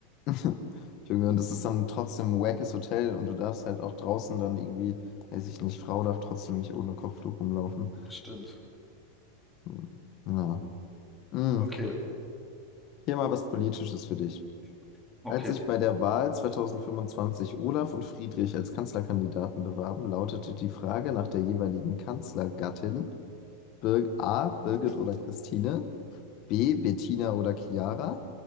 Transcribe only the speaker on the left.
<laughs> Junge, und das ist dann trotzdem ein wackes Hotel und du darfst halt auch draußen dann irgendwie, weiß ich nicht, Frau darf trotzdem nicht ohne Kopftuch rumlaufen.
Hm. Ja. Hm.
Hier mal was Politisches für dich.
Als sich bei der Wahl 2025 Olaf und Friedrich als Kanzlerkandidaten bewarben, lautete die Frage nach der jeweiligen Kanzlergattin Bir A. Birgit oder Christine, B. Bettina oder Chiara,